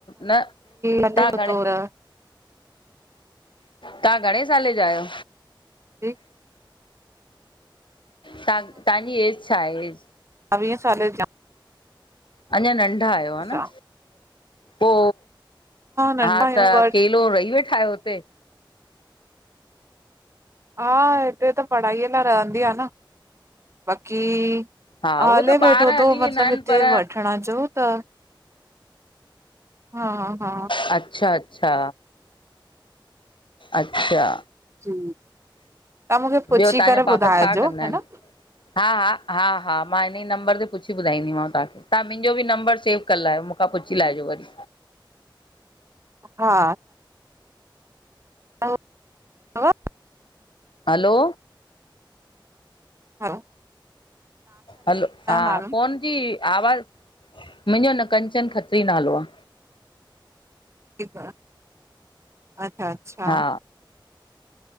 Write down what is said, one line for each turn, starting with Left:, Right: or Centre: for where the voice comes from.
Left: न
Right: हले
Left: तहां घणे
Right: थो रह
Left: तहां घणे साले जा आहियो?
Right: जी।
Left: तां तांजी ऐज छा आहे?
Right: ॿावीहें सालें जा।
Left: अञा नंढ़ा आयो, हा न।
Right: आ।
Left: पो,
Right: नंढा
Left: हा
Right: आहियूं
Left: त
Right: बट
Left: अकेलो रही वेठा आयो हुते?
Right: हा हिते त पढ़ाईअ लाइ रहंदी आं न, बाक़ी हा,
Left: हा उहो
Right: हले
Left: त ॿार
Right: वेठो
Left: हली
Right: तो
Left: वेंदा
Right: मतलब
Left: आहिनि
Right: हिते
Left: पर
Right: वठण जो ता हा हा
Left: अच्छा अच्छा अच्छा
Right: जी, तहां मूखे पुछी
Left: ॿियो तव्हांजा
Right: करे
Left: पापा
Right: ॿुधाइजो,
Left: छा कंदा
Right: है
Left: आहिनि?
Right: न।
Left: हा हा, हा हा, मां इनईं नंबर ते पुछी ॿुधाईंदीमांव तहांखे। तहां मिंजो बी नंबर सेव करे लायो मूखां पुछी लाइजो वरी।
Right: हा तव्हांजो तव्हां
Left: हलो!
Right: हलो!
Left: हलो! हा
Right: नालो?
Left: फ़ोन जी आवाज़, मुंजो न कंचन खत्री नालो आ।
Right: ठीक आ, अच्छा अच्छा!
Left: हा